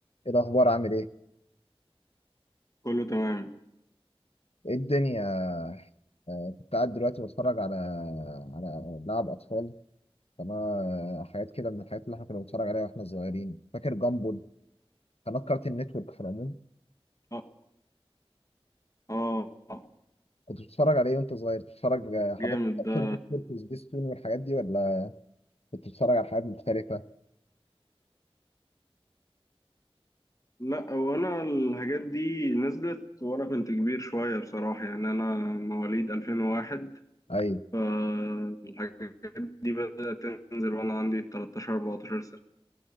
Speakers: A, on the left; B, on the left.
A: ايه الاخبار عامل ايه
B: كله تمام
A: ايه الدنيا آه، كنت قاعد دلوقتي بتفرج على على لعب اطفال قناه آه، حاجات كده من الحاجات اللي احنا كنا بنتفرج عليها واحنا صغيرين فاكر جامبول قناه كارتين نتورك في العموم
B: اه اه آه،
A: كنت بتتفرج على ايه وانت صغير بتتفرج آه، حضرتك
B: جامد ده
A: كارتين نتورك وسبيستون والحاجات دي ولا كنت بتتفرج على حاجات مختلفه
B: لا هو انا الحاجات دي نزلت وانا كنت كبير شوية بصراحة يعني انا مواليد 2001
A: ايوه
B: فالحاجات دي بدأت تنزل وانا عندي 13 14 سنة